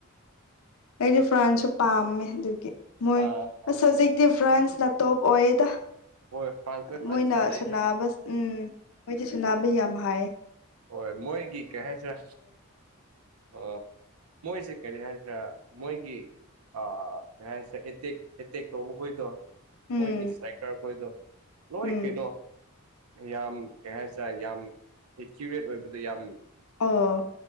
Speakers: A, on the left (about 70°); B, on the right (about 80°).
A: ꯑꯩꯗꯤ ꯐ꯭ꯔꯥꯟꯁꯨ ꯄꯥꯝꯃꯦ ꯑꯗꯨꯒꯤ ꯃꯣꯏ
B: ꯑꯥ ꯑꯥ
A: ꯁꯖꯤꯛꯇꯤ ꯐ꯭ꯔꯥꯟꯁ ꯅꯅꯥꯇꯞ ꯑꯣꯏꯦꯗ
B: ꯍꯣꯏ ꯐ꯭ꯔꯥꯟꯁ ꯈꯣꯏ
A: ꯃꯣꯏꯅ
B: ꯐꯖꯅ ꯁꯥꯟꯅꯩꯗ
A: ꯁꯕ ꯎꯝ ꯃꯣꯏꯁꯦ ꯁꯨꯕ ꯌꯥꯝ ꯍꯥꯏ
B: ꯍꯣꯏ ꯃꯣꯏꯒꯤ ꯀꯩ ꯍꯥꯏꯁꯤꯔꯥ ꯑꯣ ꯃꯣꯏꯁꯦ ꯀꯔꯤ ꯍꯥꯏꯗ꯭ꯔꯥ ꯃꯣꯏꯒꯤ ꯑ ꯀꯔꯤ ꯍꯥꯏꯁꯤꯒꯦ ꯑꯦꯇꯦꯛ ꯇꯧꯕꯥ ꯍꯣꯏꯗꯣ
A: ꯎꯝ
B: ꯃꯣꯏꯒꯤ ꯁꯥꯏꯀꯔꯈꯣꯏꯗꯣ ꯂꯣꯏ
A: ꯎꯝ
B: ꯀꯩꯅꯣ ꯌꯥꯝ ꯀꯩ ꯍꯥꯏꯇꯥꯔꯦ ꯌꯥꯝ ꯑꯦꯀ꯭ꯌꯨꯔꯦꯠ ꯑꯣꯏꯕꯗ ꯌꯥꯝ
A: ꯑꯥ